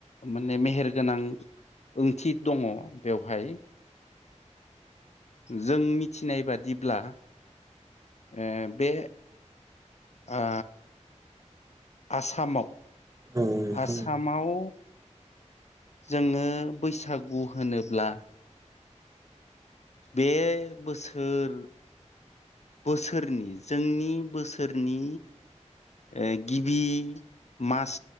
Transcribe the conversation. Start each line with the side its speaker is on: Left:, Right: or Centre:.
Left: माने मेहेर गोनां ओंथि दङ बेवहाय जों मिथिनाय बादिब्ला ओ बे ओ आसामाव
Right: औ नोंथां औ नोंथां
Left: आसामाव जोङो बैसागु होनोब्ला बे बोसोर बोसोरनि जोंनि बोसोरनि ओ गिबि मास